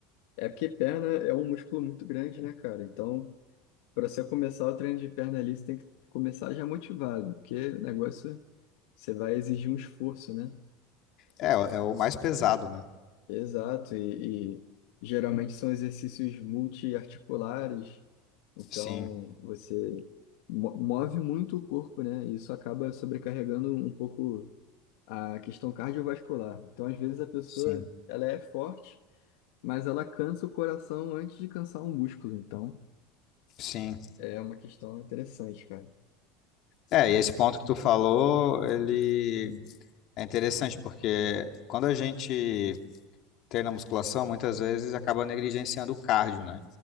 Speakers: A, on the left; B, on the left.
A: É porque perna é um músculo muito grande, né, cara? Então. Para você começar o treino de perna ali, você tem que começar já motivado, porque o negócio você vai exigir um esforço, né?
B: É, é o mais pesado, né?
A: Exato, e, e geralmente são exercícios multiarticulares, então
B: Sim,
A: você mo- move muito o corpo, né? E isso acaba sobrecarregando um um pouco a questão cardiovascular. Então, às vezes a pessoa,
B: sim,
A: ela é forte, mas ela cansa o coração antes de cansar o músculo, então
B: sim.
A: é uma questão interessante, cara.
B: É, e esse ponto que tu falou, ele é interessante, porque quando a gente treina musculação, muitas vezes acaba negligenciando o cardio, né?